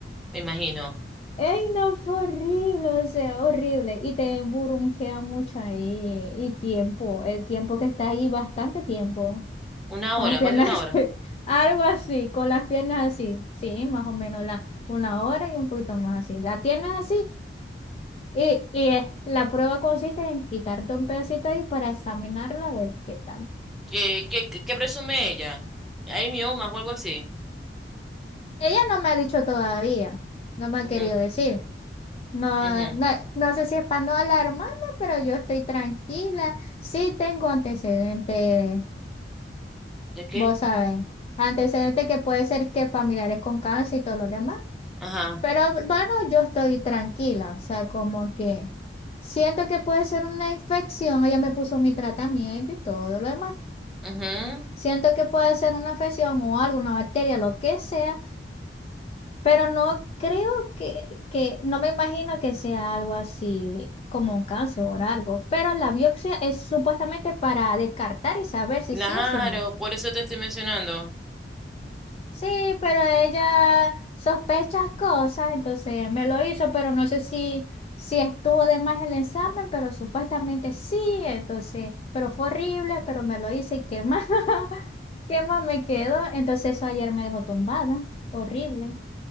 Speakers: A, in the centre; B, on the left.
A: me imagino.
B: Ey, no, fue horrible, o sea, horrible. Y te burungea mucho ahí. Y tiempo, el tiempo que está ahí, bastante tiempo.
A: Una
B: Con
A: hora,
B: las piernas,
A: más de una hora.
B: <laughs> algo así, con las piernas así. Sí, más o menos la, una hora y un poquito más así. La tienes así y, y es- la prueba consiste en quitarte un pedacito ahí para examinarla a ver qué tal.
A: ¿Qué, qué, qué, qué presume ella? ¿Hay miomas o algo así?
B: Ella no me ha dicho todavía, no me
A: Ujú,
B: ha querido decir. No,
A: ujú.
B: no, no sé si es para no alarmarme, pero yo estoy tranquila. Sí tengo antecedentes,
A: ¿De qué?
B: vos sabés, antecedentes que puede ser que familiares con cáncer y todo lo demás.
A: Ajá.
B: Pero bueno, yo estoy tranquila, o sea, como que siento que puede ser una infección. Ella me puso mi tratamiento y todo lo demás.
A: ujú.
B: Siento que puede ser una infección o alguna bacteria, lo que sea. Pero no creo que, que, no me imagino que sea algo así como un cáncer o algo. Pero la biopsia es supuestamente para descartar y saber si
A: Claro,
B: sí o si no.
A: por eso te estoy mencionando.
B: Sí, pero ella sospecha cosas, entonces me lo hizo, pero no sé si, si estuvo de más el examen, pero supuestamente sí, entonces, pero fue horrible, pero me lo hice y qué más, <laughs> qué más me quedó. Entonces eso ayer me dejó tumbada, horrible.